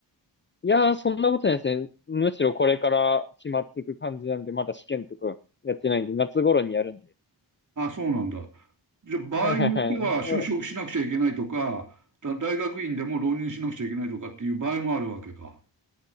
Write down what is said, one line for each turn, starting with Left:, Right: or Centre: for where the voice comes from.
Left: いやー、そんなことないですね。むしろこれから決まっていく感じなんで、まだ試験とかやってないんで、夏頃にやるんで。
Right: ああ、そうなんだ。じゃあ、場合によっては就職しなくちゃいけないとか、
Left: はいはいはい。そう
Right: だ大学院でも浪人しなくちゃいけないとかっていう場合もあるわけか。